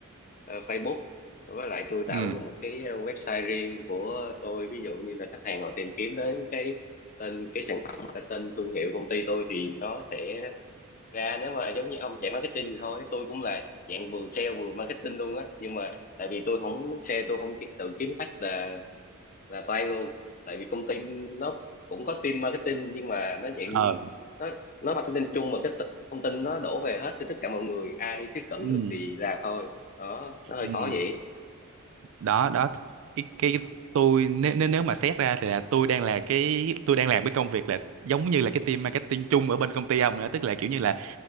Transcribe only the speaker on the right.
ừ
ờ
ừ
ừ
đó đó cái cái tôi nếu nếu nếu mà xét ra thì là tôi đang là cái tôi đang làm cái công việc là giống như là cái team marketing chung ở bên công ty ông nữa tức là kiểu như là